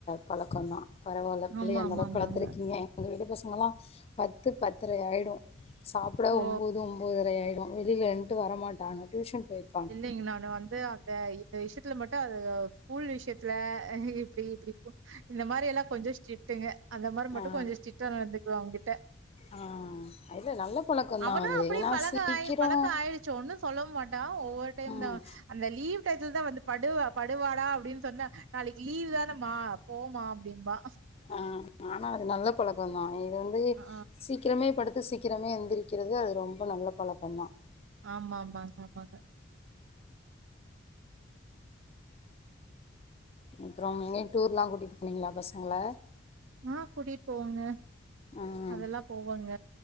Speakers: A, on the left (about 30°); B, on the right (about 75°).
A: பழக்கந்தா பரவால்ல பிள்ளைய
B: ஆமா
A: அந்த
B: ஆமா
A: அளவுக்கு
B: ஆமாங்க
A: வளத்துருக்கீங்க எங்க வீட்டு பசங்கலா பத்து பத்தரை ஆய்டு சாப்ட
B: ஓ
A: ஒம்போது ஒம்போதரை ஆய்டு டு வெளிலன்ட்டு வரமாட்டாங்க டியூஷன் போய்
B: இல்லிங்க நானு வந்து அந்த இந்த விஷ்யத்துல மட்டு அது ஸ்கூல் விஷ்யத்துல அ ஹ இப்டி இப்டி போ இந்த மாரி எல்லா கொஞ்சோ ஸ்ட்டிடுங்க அந்த மாரி மட்டு
A: ஆ
B: கொஞ்சோ ஸ்ட்டிடா நடந்துக்குவ அவங்கிட்ட
A: ஆ இல்ல நல்ல பழக்கந்தா
B: அவனு
A: அது
B: அப்டி
A: ஏன்னா
B: பழக
A: சீக்கிரோ
B: ஆய் பழக்கொ ஆயிடுச்சி ஒன்னு சொல்லவு மாட்டா ஓ ஓவ்வொரு டைம்
A: ம்
B: தா அந்த லீவ் டைத்துல தா வந்து படுவா படுவாடா அப்டின் சொன்னா நாளக்கி லீவ் தானம்மா போமா அப்டிம்பா
A: ஆ ஆனா அது நல்ல பழக்கோந்தா இது வந்து
B: ஆ
A: சீக்கிரமே படுத் த்து சீக்கிரமே எந்திரிக்கிறது அது ரொம்ப நல்ல பழக்கோ தா
B: ஆமாமாங்க ஆமாங்க
A: அப்றோம் எங்கயு டூர்லா கூட்டிட்டு போனீங்ளா பசங்கள
B: ஆ கூட்டிட் போவங்க
A: ம்
B: அதெல்லா போவோங்க